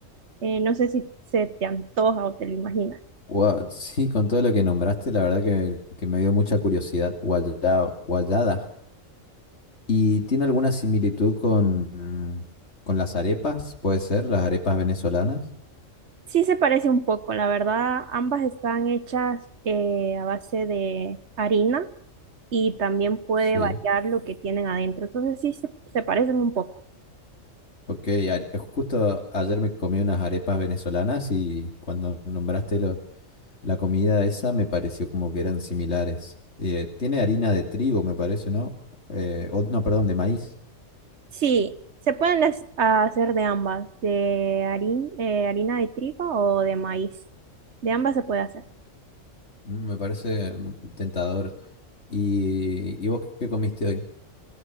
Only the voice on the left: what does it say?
Guau, sí, con todo lo que nombraste, la verdad que, que me dio mucha curiosidad. Guayada, guayada. ¿Y tiene alguna similitud con, mm, con las arepas? ¿Puede ser? ¿Las arepas venezolanas?
Sí.
Ok, a- justo ayer me comí unas arepas venezolanas y cuando nombraste lo- la comida esa me pareció como que eran similares. Eh, tiene harina de trigo, me parece, ¿no? Eh, o- no, perdón, de maíz.
Mm, Me parece mm, tentador. ¿Y, y vos qué comiste hoy?